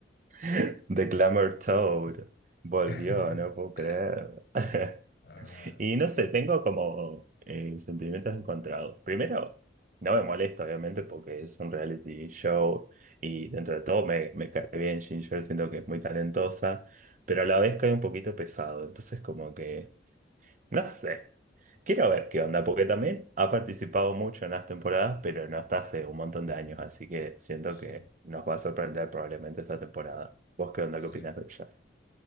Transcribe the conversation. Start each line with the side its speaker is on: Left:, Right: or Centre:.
Right: <laughs> The Glamour Toad volvió,
Left: <laughs>
Right: no puedo creer. <laughs>
Left: Ah,
Right: Y no sé, tengo como eh, sentimientos encontrados. Primero, no me molesta, obviamente, porque es un reality show y dentro de todo me, me cae bien Ginger, siento que es muy talentosa, pero a la vez cae un poquito pesado. Entonces, como que no sé. Quiero ver qué onda, porque también ha participado mucho en las temporadas, pero no hasta hace un montón de años, así que siento
Left: sí,
Right: que nos va a sorprender probablemente esta temporada. ¿Vos qué onda,
Left: sí.
Right: qué opinás de ella?